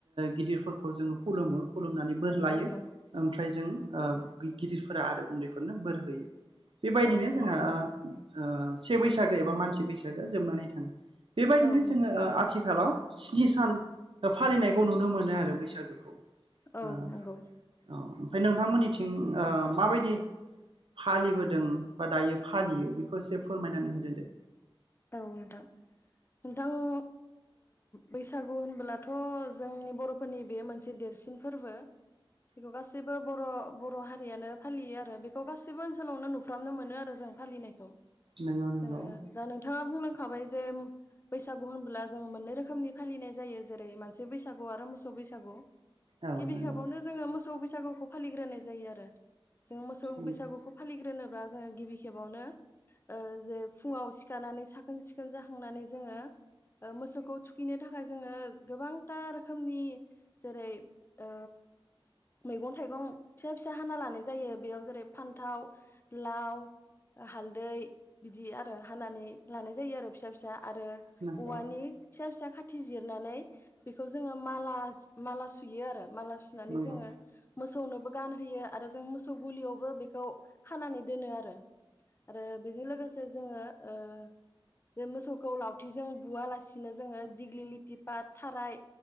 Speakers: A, on the right; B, on the left.
A: गिदिरफोरखौ जोङो खुलुमो खुलुमनानै बोर लायो
B: औ नंगौ
A: ओमफ्राय जों ओ गिदिरफोरा आरो उन्दैफोरनो बोर होयो। बेबायदिनो
B: औ
A: जोंहा
B: थारैनो
A: ओ से बैसागो एबा मानसे बैसागोआ जोबनानै थाङो। बेबायदिनो
B: औ नंगौ
A: जोङो
B: थारैनो
A: ओ आथिखालाव स्नि सान फालिनायखौ नुनो मोनो आरो बैसागोखौ <unintelligible>
B: औ नंगौ
A: फाय नोंथांमोननिथिं आ माबायदि फालिबोद दों बा दायो फालियो बेखौ एसे फोरमायनानै होदों दे।
B: औ नोंथां नोंथां ओ बैसागु होनबोलाथ' जोंनि बर'फोरनि बेयो मोनसे देरसिन फोरबो बेखौ गासैबो बर'-बर' हारियानो फालियो आरो बेखौ गासैबो ओनसोलावनो नुफ्रामनो मोनो आरो जों फालिनायखौ
A: नंगौ नंगौ
B: जोङो दा नों बुंलांखाबाय जे बैसागु होनब्ला जों मोननै रोखोमनि फालिनाय जायो जेरै मोनसे बैसागु आरो मोसौ बैसागु
A: औ
B: गिबि
A: नंगौ
B: खेबावनो जोङो मोसौ बैस सागुखौ फालिग्रोनाय जायो आरो। जों मोसौ
A: नंगौ
B: बैसागुखौ फालिग्रोनो ब्रा जोङो गिबिखेबावनो ओ जे फुंआव सि गानानै साखोन सिखोन जाखांनानै जोङो मोसौखौ थुखैनो थाखाय जोङो गोबांथा रोखोमनि जेरै ओ मैगं थाइगं फिसा फिसा हाना लानाय जायो बेयाव जेरै फान्थाव लाव हालदै बिदि आरो हानानै लानाय जायो आरो फिसा फिसा आरो
A: नंगौ
B: औवानि फिसा फिसा खाथि जिरनानै बेखौ जोङो माला माला सुयो आरो माला सुनानै
A: नंगौ
B: जोङो मोसौनोबो गानहोयो आरो जों मोसौ गुलियावबो बेखौ खानानै दोनो आरो आरो बेजों लोगोसे जोङो ओ बे मोसौखौ लावथि जों बुयालासिनो जोङो दिग्लि लिथि पाट थाराय